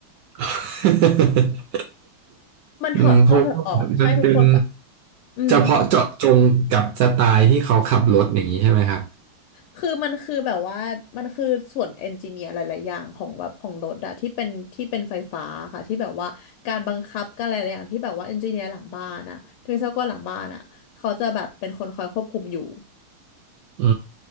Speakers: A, on the right; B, on the left.
A: <laughs>
B: มันถอดเข้าถอดออกใช่ทุกคนแบบ
A: อืมเพราะว่ามันเป็น
B: อืม
A: เฉพาะเจาะจงกับสไตล์ที่เขาขับรถอย่างนี้ใช่ไหมครับ
B: คือมันคือแบบว่ามันคือส่วนเอนจิเนียร์หลายๆอย่างของแบบของรถอะที่เป็นที่เป็นไฟฟ้าค่ะที่แบบว่าการบังคับการอะไรหลายๆอย่างที่แบบว่าเอนจิเนียร์หลังบ้านอะที่วิศวกรหลังบ้านอะเขาจะแบบเป็นคนคอยควบคุมอยู่
A: อื